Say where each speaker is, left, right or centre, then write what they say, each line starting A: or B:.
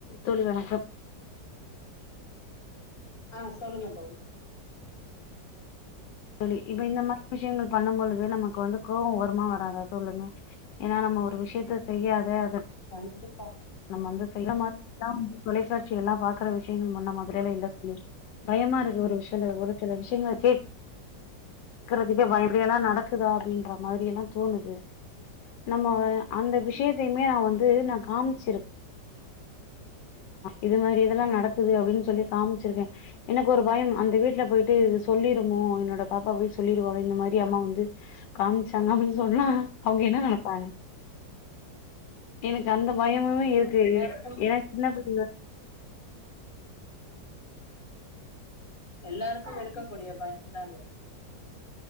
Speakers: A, on the left; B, on the left.
A: தோழி வணக்கம்
B: ஆஹ் சொல்லுங்க தோழி
A: தோழி இப்ப இந்த மா <inaudible> விஷயங்கள் பண்ணம்பொழுது நமக்கு வந்து கோவோ வருமா வராதா சொல்லுங்க ஏன்னா நம் ஒரு விஷயத்த செய்யாத அத
B: இருந்துபாங்க
A: நம்ம வந்து <inaudible> தொலைசாட்சி எல்லா பாக்கற விஷயங்கள் முன்ன மாதிறியல்லா இல்ல தோழி பயமா இருக்கு ஒரு விஷல ஒரு சில விஷயங்கள் இருக்கறதுக்கு இப்படியெல்லா நடக்குதா அப்டின்ற மாதிரி எல்லா தோணுது நம்ம அந்த விஷயத்தையுமே நா வந்து நா காமிச்சிருக் இது மாறி இதெல்லா நடக்குது அப்டின்னு சொல்லி காமிச்சிருக்கே எனக்கு ஒரு பயோ அந்த வீட்ல போய் ட்டு இது சொல்லிருமோ என்னோட பாப்பா போய் சொல்லிருவாளோ இந்த மாறி அம்மா வந்து காமிச்சாங்க அப்டினு சொன்னா அவுங்க என்ன நெனப்பாங்க
B: உ
A: எனக்கு அந்த பயமுமே
B: ஆமா ஆமா
A: இருக்கு
B: எல்லாருக்கும்
A: ஏன்னா சின்ன பிள்ள
B: எல்லாருக்கு இருக்கக்கூடிய பயம்தா இது